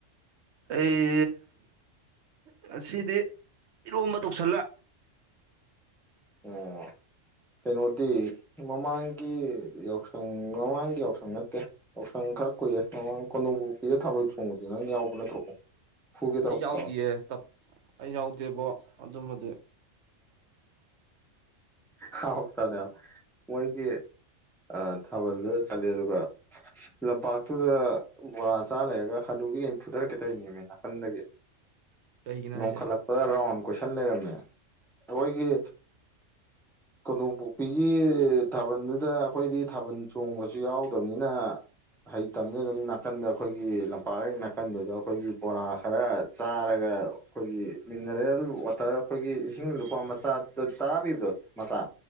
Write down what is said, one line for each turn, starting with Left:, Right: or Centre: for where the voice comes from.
Right: ꯑꯩ ꯉꯁꯤꯗꯤ ꯏꯔꯣꯝꯕ ꯇꯧꯁꯤꯜꯂ
Centre: ꯑꯣ ꯀꯩꯅꯣꯗꯤ ꯃꯃꯥꯡꯒꯤ ꯌꯥꯎꯁꯪ ꯃꯃꯥꯡꯒꯤ ꯌꯥꯎꯁꯪ ꯅꯠꯇꯦ ꯌꯥꯎꯁꯪ ꯈꯔ ꯀꯨꯏꯦ ꯃꯃꯥꯡ ꯀꯣꯟꯗꯣꯡꯕꯕꯨ ꯄꯤꯔꯦ ꯊꯥꯕꯜ ꯆꯣꯡꯕꯁ ꯅꯪ ꯌꯥꯎꯕ ꯅꯠꯇ꯭ꯔꯣ ꯐꯨꯒꯦ ꯇꯧꯔꯛꯄꯗꯣ
Right: ꯑꯩ ꯌꯥꯎꯗꯌꯦ ꯑꯩ ꯌꯥꯎꯗꯦꯕꯣ ꯑꯗꯨꯝꯕꯗꯤ
Centre: ꯍꯎꯇꯕꯅꯦ ꯃꯣꯏꯒꯤ ꯑ ꯊꯥꯕꯜꯗꯨꯗ ꯆꯠꯂꯦ ꯑꯗꯨꯒ ꯂꯝꯄꯥꯛꯇꯨꯗ ꯕꯣꯔꯥ ꯆꯥ ꯂꯩꯔꯒ ꯍ ꯑꯗꯨꯕꯤ ꯐꯨꯊꯔꯛꯀꯦ ꯇꯧꯅꯤꯅꯦꯅꯦ ꯅꯥꯀꯟꯗꯒꯤ
Right: ꯀꯩꯒꯤꯅꯣ
Centre: ꯅꯣꯡꯈꯠꯂꯛꯄꯗ
Right: ꯍꯥꯏꯁꯦ
Centre: ꯔꯥꯎꯟ ꯀꯣꯏꯁꯟ ꯂꯩꯔꯝꯃꯦ ꯃꯣꯏꯒꯤ ꯀꯣꯗꯣꯝꯄꯣꯛꯄꯤꯒꯤ ꯊꯥꯕꯜꯗꯨꯗ ꯑꯩꯈꯣꯏꯗꯤ ꯊꯥꯕꯟ ꯆꯣꯡꯕꯁꯨ ꯌꯥꯎꯗꯕꯅꯤꯅ ꯍꯩꯇꯝꯅ ꯑꯗꯨꯝ ꯅꯥꯀꯟꯗ ꯑꯩꯈꯣꯏꯒꯤ ꯂꯝꯄꯥꯛ ꯍꯦꯛ ꯅꯥꯀꯟꯗꯨꯗ ꯑꯩꯈꯣꯏꯒꯤ ꯕꯣꯔꯥ ꯈꯔ ꯆꯥꯔꯒ ꯑꯩꯈꯣꯏꯒꯤ ꯃꯤꯅꯔꯦꯜ ꯋꯥꯇꯔ ꯑꯩꯈꯣꯏꯒꯤ ꯏꯁꯤꯡ ꯂꯨꯄꯥ ꯃꯆꯥ ꯇꯔꯥ ꯄꯤꯕꯗꯣ ꯃꯆꯥ